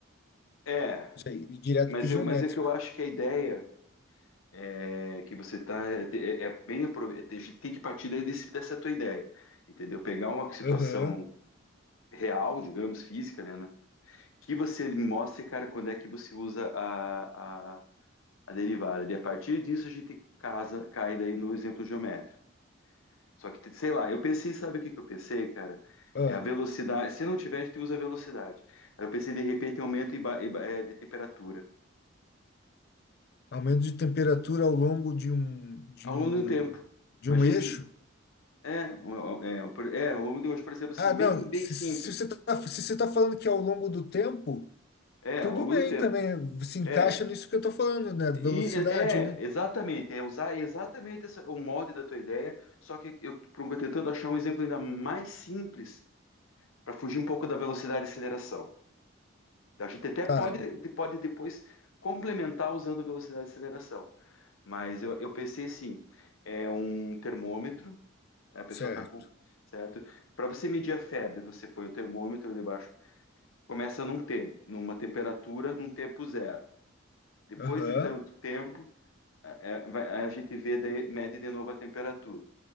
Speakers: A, on the left; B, on the left.
A: É,
B: Isso aí, ir direto
A: mas
B: para o geométrico.
A: eu, mas é que eu acho que a ideia é, que você tá é, é é bem aprove- é, tem tem que partir desse, dessa tua ideia, entendeu? Pegar uma situação
B: Aham.
A: real, digamos, física, né, né? Que você mostre, cara, quando é que você usa a, a, a derivada. E a partir disso a gente casa, cai daí no exemplo geométrico. Só que, sei lá, eu pensei, sabe o que que eu pensei, cara?
B: Ah,
A: É a velocidade. Se não tiver, a gente usa a velocidade. Eu pensei, de repente, em aumento e ba- e ba- eh, de temperatura
B: aumento de temperatura ao longo de um, de
A: ao
B: um,
A: longo do tempo.
B: de
A: Imagina
B: um eixo.
A: se É, é, é, por- é, ao longo de hoje, por exemplo, assim,
B: Ah, não.
A: bem, bem
B: Se,
A: simples.
B: se se você está se você tá falando que ao longo do tempo,
A: É,
B: tudo
A: ao longo
B: bem
A: do tempo.
B: também. Se encaixa
A: É,
B: nisso que eu estou falando, né? Velocidade,
A: e é,
B: né?
A: exatamente, é usar exatamente essa- o molde da tua ideia, só que eu tô tentando achar um exemplo ainda mais simples para fugir um pouco da velocidade e aceleração. A gente até
B: Tá,
A: pode, pode depois complementar usando a velocidade e aceleração, mas eu, eu pensei assim, é um termômetro, né, a pessoa
B: certo.
A: está com, certo? Para você medir a febre, você põe o termômetro debaixo começa num tempo, numa temperatura, num tempo zero. Depois
B: Aham,
A: de tanto tempo, é, é, vai- a gente vê, daí- mede de novo a temperatura.